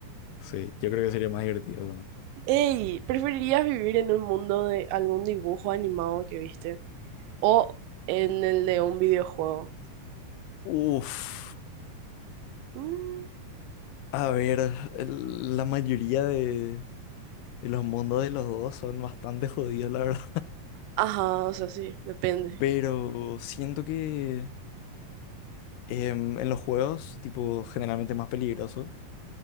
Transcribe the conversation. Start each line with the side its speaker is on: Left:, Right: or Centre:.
Left: Sí, yo creo que sería más divertido. ¿no?
Right: Ey, ¿preferirías vivir en un mundo de algún dibujo animado que viste? ¿O en el de un videojuego?
Left: Uf,
Right: Mm,
Left: a ver, el- la mayoría de, de los mundos de los dos son bastante jodidos, la verdad.
Right: Ajá, o sea, sí, depende.
Left: Pero siento que Em, en los juegos, tipo, generalmente es más peligroso,